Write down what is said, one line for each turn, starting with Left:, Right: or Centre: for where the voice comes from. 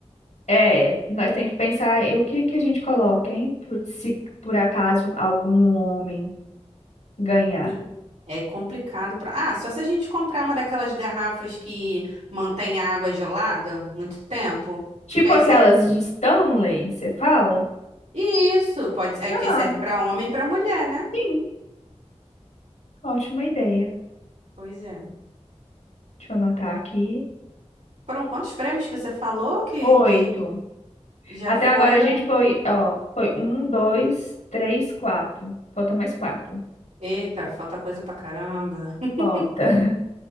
Left: É, nós temos que pensar em o que que a gente coloca, hein? Por- Se por acaso algum homem ganhar.
Right: Mi- É complicado pra... Ah, só se a gente comprar uma daquelas garrafas que mantém a água gelada muito tempo,
Left: Tipo
Right: que aí
Left: aquelas
Right: serve
Left: de Stanley, você fala?
Right: isso, pode, é
Left: Ah,
Right: porque serve pra homem e pra mulher, né?
Left: sim, ótima ideia.
Right: Pois é.
Left: Deixa eu anotar aqui.
Right: Foram quantos prêmios que você falou que
Left: Oito.
Right: que a gente já
Left: Até
Right: foram?
Left: agora a gente foi, ó, foi um, dois, três, quatro. Falta mais quatro.
Right: Eita, falta coisa pra caramba. <laughs>
Left: Falta. <laughs>